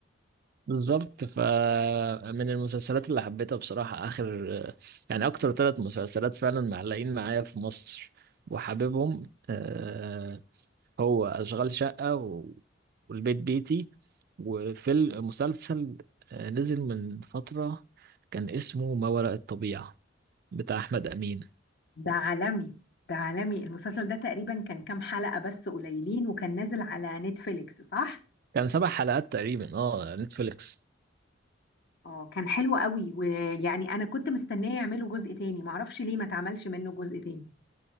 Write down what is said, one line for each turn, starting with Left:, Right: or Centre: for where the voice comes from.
Right: بالظبط فمن المسلسلات اللي حبيتها بصراحة آخر يعني أكتر ثلاث مسلسلات فعلا معلقين معايا في مصر وحاببهم آه، هو أشغال شقة و- والبيت بيتي وفي المسلسل آه، نزل من فترة كان اسمه ما وراء الطبيعة بتاع أحمد أمين
Left: ده عالمي ده عالمي المسلسل ده تقريبا كان كام حلقه بس قليلين وكان نازل على نتفليكس صح
Right: كان سبع حلقات تقريبا اه نتفليكس
Left: اه كان حلو قوي ويعني انا كنت مستنيه يعملوا جزء تاني معرفش ليه ما اتعملش منه جزء تاني